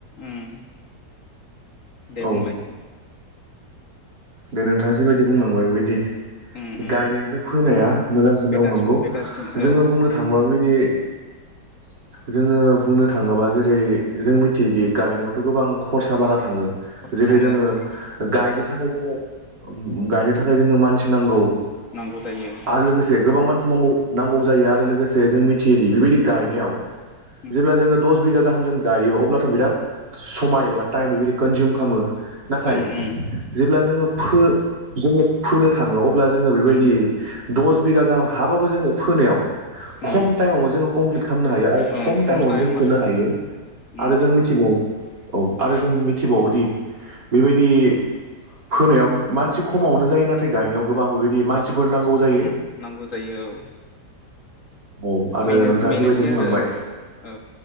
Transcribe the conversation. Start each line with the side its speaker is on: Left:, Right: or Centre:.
Left: उम दे
Right: औ
Left: बुंलाय
Right: दे नोंथाङा जिबायदि बुंलांबाय बिदि
Left: उम उम
Right: गायनायनिफ्राय फोनाया मोजांसिन
Left: बेटार
Right: औ नंगौ
Left: बेटारसिन औ
Right: जोङो बुंनो थाङोबा बिदि
Left: <unintelligible>
Right: जोङो बुंनो थाङोबा जेरै जों मिथियोदि गायनायावथ' गोबां खरसा बारा थाङो
Left: खरसा
Right: जेरै
Left: थाङो
Right: जोङो
Left: बहुद
Right: गायनो थाखाय जोङो गायनो थाखाय जोङो मानसि नांगौ
Left: नांगौ जायो
Right: आरो लोगोसे गोबां मानसि नांगौ जायो आरो लोगो जों मिथियोदि बेबादि गायनायाव
Left: उम
Right: जेब्ला जों दस बिघा गाहाम जों गायो अब्ला बिराद समाय एबा टाइम बेबायदि कनजउम खालामो नाथाय
Left: एकदम उम
Right: जेब्ला जोङो फो जोङो फोनो थाङो अब्ला जोङो बेबायदि
Left: उम
Right: दस बिगा गाहाम हाबाबो जोङो फोनायाव
Left: उम
Right: खम टाइमावनो जोङो कमप्लिट खालामनो हायो आरो
Left: ओं
Right: खम टाइमावनो
Left: टाइम
Right: जों फोनो हायो
Left: उम
Right: आरो जों मिथिबावो औ आरो जों मिथिबावोदि बेबायदि फोनायाव मानसि खमावनो जायो नाथाय गायनायाव गोबां बेबायदि मानसि सिफोर नांगौ जायो
Left: उम नांगौ जायो औ
Right: औ आरो
Left: बेनो
Right: नोंथाङा
Left: बेनोसै
Right: जिबायदि बुंलांबाय
Left: आरो औ